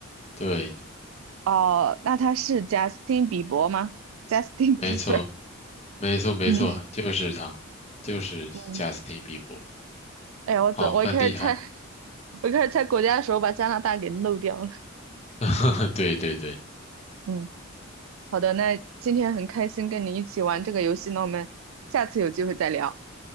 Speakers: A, on the left; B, on the right.
A: 对。
B: 哦，那他是 Justin 比伯吗？Justin
A: 没错，
B: <laughs> Bieber，
A: 没错，没错，
B: 嗯
A: 就是他，就是贾斯汀比伯，
B: 嗯，哎呀，我怎我一开始猜
A: 好，很厉害，
B: 我一开始猜国家的时候把加拿大给漏掉了。
A: <laughs> 对对对，
B: <laughs> 嗯，好的，那今天很开心跟你一起玩这个游戏，那我们下次有机会再聊。